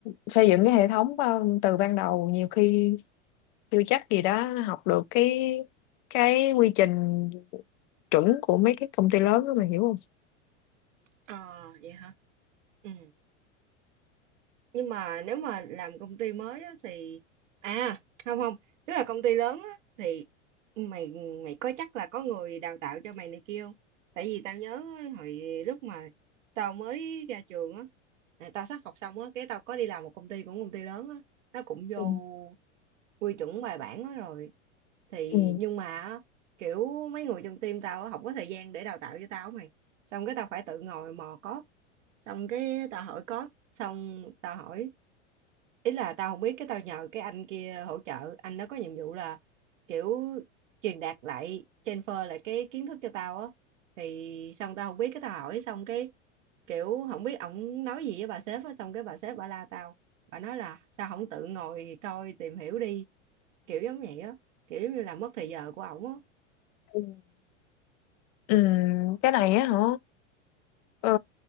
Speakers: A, on the left; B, on the right.
A: xây dựng cái hệ thống ờ, từ ban đầu nhiều khi chưa chắc gì đó học được cái cái quy trình chuẩn của mấy cái công ty lớn đó mà hiểu không?
B: ờ vậy hả? Ừ. Nhưng mà nếu mà làm công ty mới á, thì à không không tức là công ty lớn á, thì mày mày có chắc là có người đào tạo cho mày này kia không? Tại vì tao nhớ hồi lúc mà tao mới ra trường á, là tao sắp học xong á, cái tao có đi làm một công ty cũng công ty lớn á, nó cũng vô
A: Ừ.
B: quy chuẩn bài bản á rồi thì
A: Ừ.
B: nhưng mà á, kiểu mấy người trong team tao á, không có thời gian để đào tạo cho tao á mày xong cái tao phải tự ngồi mò code xong cái tao hỏi code xong tao hỏi ý là tao không biết cái tao nhờ cái anh kia hỗ trợ anh đó có nhiệm vụ là kiểu truyền đạt lại transfer lại cái kiến thức cho tao á thì xong tao không biết cái tao hỏi xong cái kiểu không biết ổng nói gì với bà sếp á xong cái bà sếp bà la tao bà nói là sao không tự ngồi coi tìm hiểu đi kiểu giống vậy á kiểu giống như là mất thời giờ của ổng á
A: Ừ. Ừ. Cái này á hả? Ờ,